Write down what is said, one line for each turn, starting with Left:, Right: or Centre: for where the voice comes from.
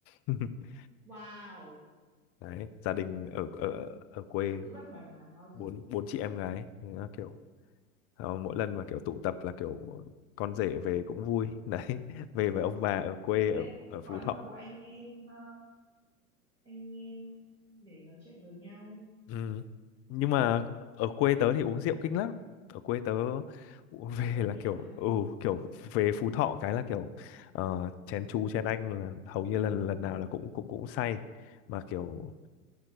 Left: <laughs>
Right: wow
Left: đấy gia đình ở ở
Right: ừ,
Left: ở quê
Right: tứ nữ bất bần mà lo
Left: bốn
Right: gì
Left: bốn chị em gái Thế là kiểu ờ, mỗi lần mà kiểu tụ tập là kiểu con rể về cũng vui đấy <laughs> về với ông bà ở quê
Right: thế
Left: ở
Right: lại cũng
Left: ở Phú
Right: có nhiều
Left: Thọ
Right: anh em ờ, anh em để nói chuyện với nhau
Left: Ừ. Nhưng mà ở quê tớ thì uống rượu kinh lắm. Ở quê tớ u- về <laughs>
Right: tớ biết
Left: là kiểu
Right: mà
Left: ừ kiểu về Phú Thọ cái là kiểu ờ, chén chú chén anh là hầu như lần lần nào là cũng cũng cũng say mà kiểu